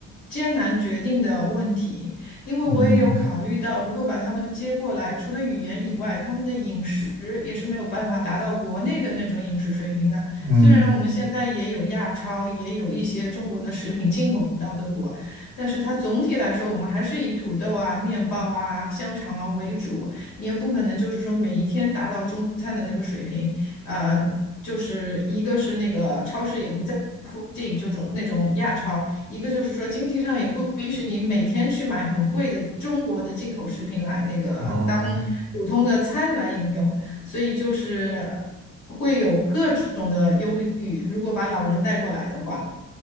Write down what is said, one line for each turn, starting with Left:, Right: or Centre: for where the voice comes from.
Left: 艰难决定的问题，因为我也有考虑到，
Right: 嗯
Left: 如果把他们接过来，除了语言以外，他们的饮食也是没有办法达到国内的那种饮食水平的。
Right: 嗯
Left: 虽然我们现在也有亚超，也有一些中国的食品进口到德国，但是它总体来说，我们还是以土豆啊、面包啊、香肠啊为主。你也不可能就是说每一天达到中餐的那个水平，呃，就是一个是那个超市也不在附近，就种那种亚超；一个就是说经济上也不允许你每天去买很贵的中国的进口食品来那个当普通的餐来饮用，
Right: 哦，
Left: 所以就是会有各种的忧虑。如果把老人带过来的话，